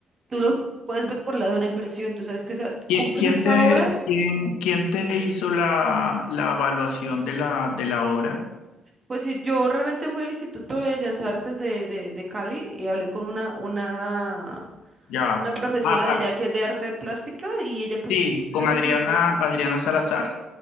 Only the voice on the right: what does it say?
tú lo puedes ver por el lado de una inversión, tú sabes que esa- tú
compras
esta
obra,
pues si yo realmente fui al Instituto de Bellas Artes de, de, de Cali y hablé con una, una,
una profesora
de allá que es de arte plástica y ella pues...
es de esas
expertas.